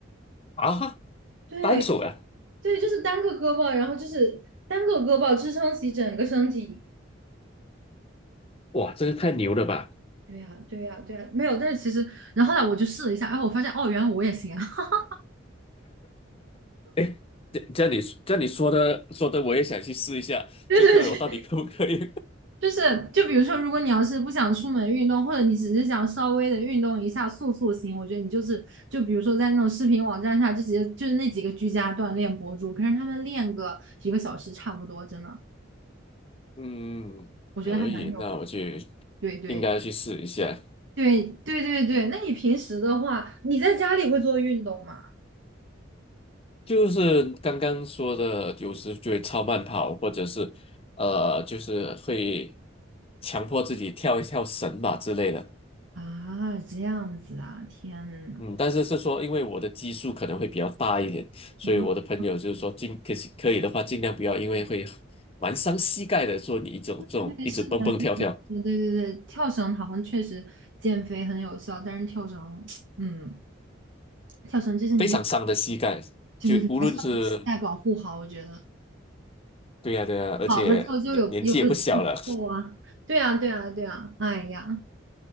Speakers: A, on the left (about 30°); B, on the right (about 70°).
A: 啊哈，
B: 对
A: 单手啊，
B: 对，就是单个胳膊，然后就是单个胳膊支撑起整个身体。
A: 哇，这个太牛了吧！
B: 对呀，对呀，对呀，没有。但是其实，然后后来我就试了一下，然后我发现，哦，原来我也行啊。<laughs>
A: 哎，这这样你这样你说的说的，我也想去试一下，
B: 对对对，
A: 这个我到底可不可以？
B: 就是，就比如说，如果你要是不想出门运动，或者你只是想稍微的运动一下塑塑形，我觉得你就是就比如说在那种视频网站上，就直接就是那几个居家锻炼博主，可是他们练个几个小时差不多，真的，
A: <laughs> 嗯，
B: 我觉得还蛮有。
A: 可以，那我去
B: 对对
A: 应该去试一下。
B: 对对对对。那你平时的话，你在家里会做运动吗？
A: 就是刚刚说的，有时就会超慢跑，或者是呃，就是会强迫自己跳一跳绳吧之类的。
B: 啊，这样子啊，天呐。
A: 嗯，但是是说，因为我的基数可能会比较大一点，所以我的朋友就是说尽可以可以的话，
B: 啊
A: 尽量不要，因为会蛮伤膝盖的。做你一种这种一直蹦蹦跳跳，
B: 对，是的，是的是的对对对，跳绳好像确实减肥很有效，但是跳绳，嗯，跳绳就是你运
A: 非常伤的膝盖。
B: 就是还是要膝盖保护好，
A: 就无论是
B: 我觉得
A: 对呀、对呀、而且年年纪也不小了，
B: 老了之后就有有的动作啊，对啊，对啊，对啊，哎呀，